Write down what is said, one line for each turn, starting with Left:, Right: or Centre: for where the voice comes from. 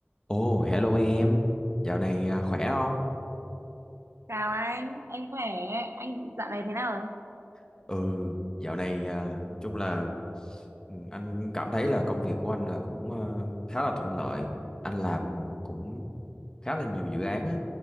Left: Ồ, hello em. Dạo này à, khỏe không?
Right: Chào anh, anh khỏe, anh dạo này thế nào rồi?
Left: Ừ, dạo này à, nói chung là ừ, anh cảm thấy là công việc của anh là cũng à, khá là thuận lợi. Anh làm cũng khá là nhiều dự án á.